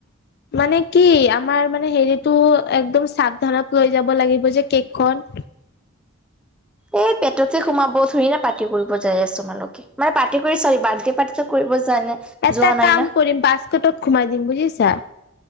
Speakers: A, on the left (about 50°); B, in the centre.
A: মানে কি আমাৰ মানে হেৰিটো একদম সাৱধানত লৈ যাব লাগিব যে কেকখন।
B: অ <unintelligible> পেটতে সোমাব থন থৰি না পাৰ্টি কৰিব যাই আছে তোালোকে মানে পাৰ্টি কৰি চাবি বাৰ্থডে পাৰ্টিটো কৰিব যোৱা নাই
A: এটা
B: যোৱা নাই
A: কাম
B: না
A: কৰিম বাছকটত সোমাই দিম বুজিছা।